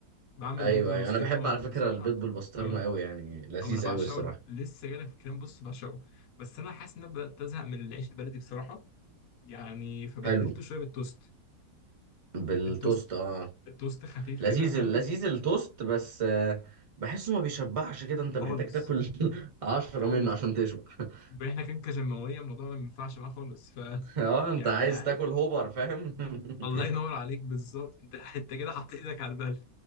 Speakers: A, on the left; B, on the right.
A: بعمل
B: ايوه
A: بيض بالبسطرمه
B: ايوه انا بحب على فكرة
A: بصراحه
B: البيض بالبسطرمة
A: اه
B: قوي يعني لذيذ
A: او انا بعشقه
B: قوي الصراحة
A: لسه جايلك في الكلام بص بعشقه بس انا حاسس ان انا بدات ازهق من العيش البلدي بصراحه يعني فبدلته
B: حلو
A: شويه بالتوست
B: بالتوست
A: التوست
B: اه
A: التوست خفيف
B: لذيذ
A: كده فاهم
B: لذيذ التوست بس آه، بحسه ما بيشبعش كده انت محتاج
A: خالص
B: تاكل <laughs> عشرة
A: خالص
B: منه عشان تشبع <laughs>
A: احنا كان كجماوية الموضوع ما ينفعش معاه خالص ف
B: اه انت
A: يعني
B: عايز
A: عارف
B: تاكل هوبر فاهم <laughs>
A: الله ينور عليك بالظبط انت <laughs> انت كده حطيت ايدك على البلد